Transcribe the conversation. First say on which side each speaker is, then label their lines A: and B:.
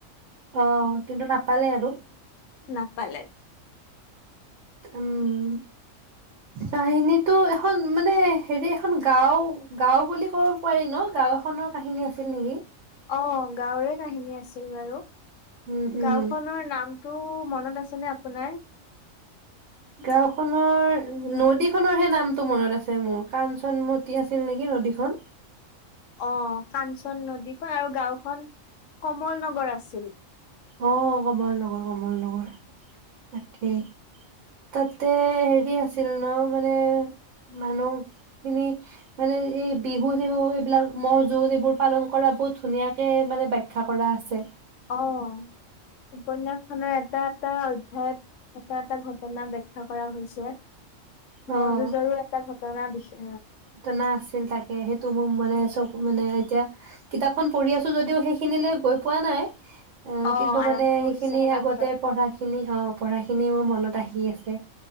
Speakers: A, on the right; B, on the left.
A: অ' কিন্তু নাপালে আৰু।
B: নাপালে।
A: উম, কাহিনীটো এখন মানে হেৰি এখন গাওঁ গাঁও বুলি ক'ব পাৰি ন গাঁও এখনৰ কাহিনী আছিল নেকি
B: অ', গাঁওৰে কাহিনী আছিল বাৰু,
A: উম উম
B: গাঁওখনৰ নাম টো মনত আছে নে আপোনাৰ?
A: গাঁওখনৰ, নদীখনৰহে নামটো মনত আছে মোৰ কাঞ্চনমতী আছিল নেকি নদীখন।
B: অ', কাঞ্চন নদীখন আৰু গাঁওখন কমল নগৰ আছিল।
A: অ', কমল নগৰ কমল নগৰ তাকেই। তাতে হেৰি আছিল ন মানে মানুহখিনি মানে এই বিহু চিহু এইবিলাক, মহ' যুঁজ এইবোৰ পালন কৰা বহুত ধুনীয়াকে মানে বাখ খ্যা কৰা আছে।
B: অঁ, উপন্যাসখনে এটা, এটা অধ্যায়ত এটা এটা ঘটনা ব্যাখ্যা কৰা হৈছে,
A: অ
B: ম'হ যুজৰো এটা ঘট টনা বিশে
A: ঘটনা আছিল তাকে, সেইটো মোৰ মানে
B: হয়
A: চ'ব মানে এতিয়া কিতাপখন পঢ়ি আছো যদিও, সেইখিনিলৈ গৈ পোৱা নাই,
B: অ'
A: কিন্তু
B: আৰম্ভ
A: মানে
B: কৰিছেহে
A: সেইখিনি
B: মাত্ৰ।
A: আগতে পঢ়াখিনি অঁ পঢ়া খিনি মনত আহি আছে।